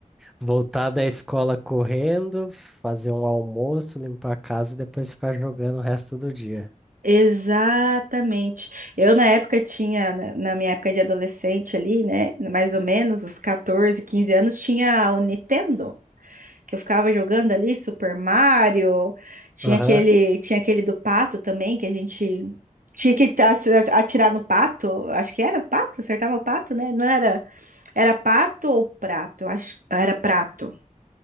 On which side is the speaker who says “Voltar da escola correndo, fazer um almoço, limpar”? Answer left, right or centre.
Centre